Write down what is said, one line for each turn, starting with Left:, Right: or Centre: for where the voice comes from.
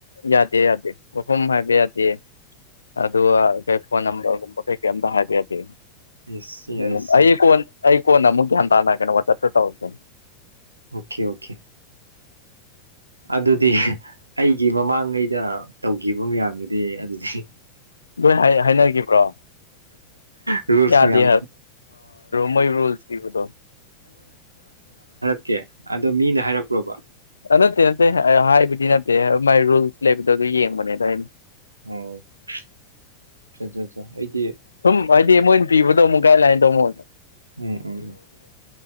Left: ꯌꯥꯗꯦ ꯌꯥꯗꯦ ꯋꯥꯍꯐꯝ ꯍꯥꯏꯕ ꯌꯥꯗꯦ ꯑꯗꯨ ꯀ ꯐꯣꯟ ꯅꯝꯕꯔꯒꯨꯝꯕ ꯀꯩ ꯀꯊ ꯍꯥꯏꯗꯤꯗꯤ
Right: ꯑꯩꯁ ꯌꯥꯏꯁꯤ
Left: ꯎ ꯑꯩ ꯀꯣꯟ ꯑꯩ ꯀꯣꯟꯅ ꯑꯃꯨꯛ ꯒ꯭ꯌꯥ ꯇꯥꯅꯒꯅꯤ ꯋꯥ ꯆꯠꯁꯨ ꯇꯧꯔꯒꯦ
Right: ꯑꯣꯀꯦ ꯑꯣꯀꯦ ꯑꯗꯨꯗꯤ ꯑꯩꯒꯤ ꯃꯃꯥꯡꯉꯩꯗ ꯇꯧꯈꯤꯕ ꯃꯌꯥꯝꯗꯨꯗꯤ ꯑꯗꯨꯗꯤ
Left: ꯅꯣꯏ ꯍꯥꯏꯅꯈꯤꯕ꯭ꯔꯣ
Right: ꯔꯨꯜꯁ
Left: ꯌꯥꯗꯦ
Right: ꯃꯌꯥꯝ
Left: ꯃꯣꯏ ꯔꯨꯜꯁ ꯄꯤꯕꯗꯣ
Right: ꯑꯣ ꯑꯗꯣ ꯃꯤꯅ ꯍꯥꯏꯔꯛꯄ꯭ꯔꯣꯕ
Left: ꯅꯠꯇꯦ ꯅꯠꯇꯦ ꯑ ꯍꯥꯏꯕꯗꯤ ꯅꯠꯇꯦ ꯃꯥꯏ ꯔꯨꯜꯁ ꯂꯩꯕꯗꯣ ꯑꯗꯨ ꯌꯦꯡꯕꯅꯦꯗ ꯍꯥꯏꯩꯅ
Right: ꯑꯣꯠꯆꯥ ꯑꯠ
Left: ꯁꯨꯝ ꯍꯥꯏꯗꯤ ꯃꯣꯏꯅ ꯄꯤꯕꯗꯣ ꯑꯃꯨꯛ ꯒꯥꯏꯗ ꯃꯣꯣꯟ
Right: ꯎꯝ ꯎꯝ ꯎꯝ